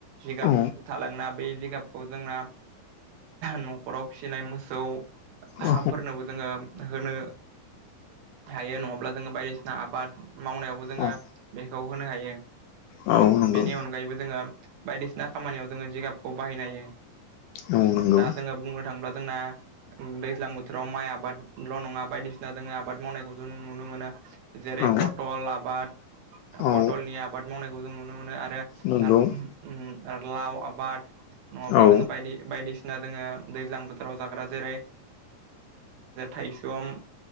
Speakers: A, on the right; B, on the left.
A: जिगाब
B: औ
A: थालांना बै जिगाबखौ जोंना न'खराव फिसिनाय मोसौ
B: औ
A: हा फोरनोबो जोङो होनो हायो नङाब्ला जोङो बायदिसिना आबाद मावनायावबो जोङो
B: औ
A: बेखौ होनो हायो
B: औ नंगौ
A: बेनि अनगायैबो जोङो बायदिसिना खामानियाव जोङो जिगाबखौ बाहायनाय हायो
B: औ नंगौ
A: दा जोङो बुंनो थाङोब्ला जोंना दैज्लां बोथोराव माइ आबादल' नङा बायदिसिना जों आबाद मावनाय नुनो मोनो जेरै
B: औ
A: पटल आबाद पटलनि
B: औ
A: आबाद मावनायखौ जों नुनो मोनो आरो
B: नंगौ
A: ओम लाव आबाद नङाब्ला
B: औ
A: जोङो बायदि बायदिसि ना जोङो दैज्लां बोथोराव जाग्रा जेरै थायसम